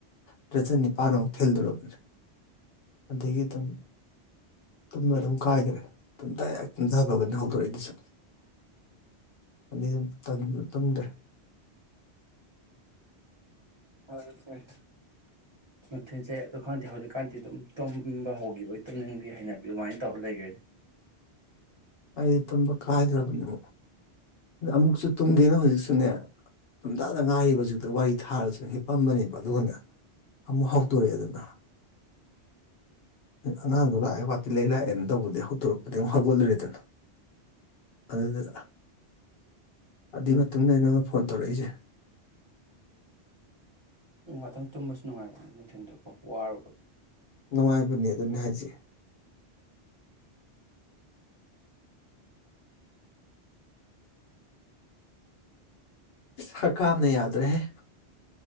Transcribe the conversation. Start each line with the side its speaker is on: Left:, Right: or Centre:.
Left: ꯗ꯭ꯔꯖꯟ ꯅꯤꯄꯥꯟ ꯑꯃꯨꯛ ꯊꯤꯜꯂꯣꯔꯒꯅꯤ ꯑꯗꯒꯤ ꯑꯗꯨꯝ ꯇꯨꯝꯕ ꯑꯗꯨꯝ ꯀꯥꯏꯈ꯭ꯔꯦ ꯇꯨꯝꯊ ꯇꯨꯝꯊꯕꯒꯅꯤ ꯍꯧꯗꯣꯔꯛꯏꯗꯨꯁꯨ ꯑꯗꯨ ꯑꯗꯨꯝ ꯇꯨꯝꯗ꯭ꯔꯦ
Right: ꯍꯣꯏ ꯍꯣꯏ <unintelligible> ꯑꯗꯨ ꯈꯪꯗꯦ ꯍꯩꯖꯤꯛ ꯀꯥꯟꯇꯤ ꯑꯗꯨꯝ ꯇꯨꯝꯝꯕ ꯍꯧꯈꯤꯕꯒꯤ ꯇꯨꯝꯝꯅꯤꯡꯕꯒꯤ ꯍꯥꯏꯅꯕꯤ ꯑꯗꯨꯃꯥꯏꯅ ꯇꯧꯔ ꯂꯩꯒꯦꯅꯦ
Left: ꯑꯩꯗꯤ ꯇꯝꯕ ꯀꯥꯏꯗ꯭ꯔꯕꯅꯤ ꯑ ꯑꯃꯨꯛꯁꯨ ꯇꯨꯝꯒꯦꯅ ꯍꯧꯖꯤꯛꯁꯨꯅꯦ ꯇꯨꯝꯖꯥꯗ ꯉꯥꯏꯔꯤꯕ ꯍꯧꯖꯤꯛꯇ ꯋꯥꯔꯤ ꯊꯥꯔꯁꯨ ꯍꯤꯞꯄꯝꯕꯅꯦꯕ ꯑꯗꯨꯒꯅ ꯑꯃꯨꯛ ꯍꯧꯗꯣꯔꯛꯑꯦ ꯑꯗꯨꯅ ꯑꯉꯥꯡꯗꯣ ꯂꯥꯛꯑꯦ ꯋꯥꯇꯤ ꯂꯩ ꯂꯥꯛꯑꯦꯅ ꯇꯧꯕꯗꯒꯤ ꯍꯧꯗꯣꯔꯛꯄꯗꯒꯤ ꯑꯃꯨꯛ ꯍꯧꯒꯠꯂꯨꯔꯦꯗꯅ ꯑꯗꯨꯗ ꯑꯗꯨꯏ ꯃꯇꯨꯡꯗ ꯑꯩ ꯅꯪꯉꯣꯟꯗ ꯐꯣꯟ ꯇꯧꯔꯛꯏꯁꯦ
Right: ꯉꯛꯇꯪ ꯇꯨꯝꯕꯁꯨ ꯅꯨꯡꯉꯥꯏꯕ ꯅꯨꯡꯊꯤꯟꯗꯨꯀꯣ ꯋꯥꯔꯨꯕꯒꯤ
Left: ꯅꯨꯡꯉꯥꯏꯕꯅꯦ ꯑꯗꯨꯅꯦ ꯍꯥꯏꯁꯦ ꯍ ꯀꯥꯝꯅ ꯌꯥꯗ ꯔꯦ ꯍꯦ